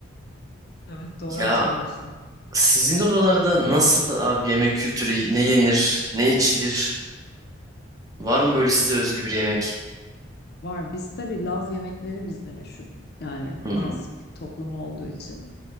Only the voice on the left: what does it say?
Evet doğru
hatırlıyorsun.
Var. Biz tabii Laz yemekleri bizde meşhur. Yani
Laz
toplumu olduğu için.